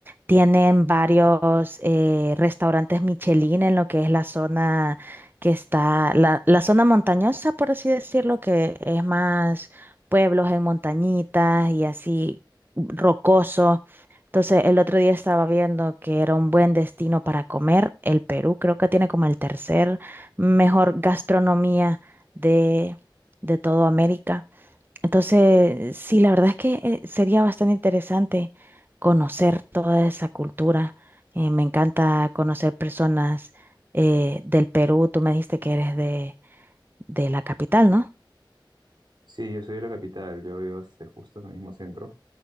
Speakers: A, on the right; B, on the right.
A: tienen varios eh, restaurantes Michelin en lo que es la zona que está, la, la zona montañosa, por así decirlo, que es más pueblos en montañitas y así. rocoso. Entonces, el otro día estaba viendo que era un buen destino para comer. El Perú creo que tiene como el tercer mejor gastronomía de, de todo América. Entonces, sí, la verdad es que eh, sería bastante interesante conocer toda esa cultura. Eh, me encanta conocer personas eh, del Perú. Tú me dijiste que eres de, de la capital,
B: Sí, yo soy de la capital, yo vivo este, justo en el mismo centro.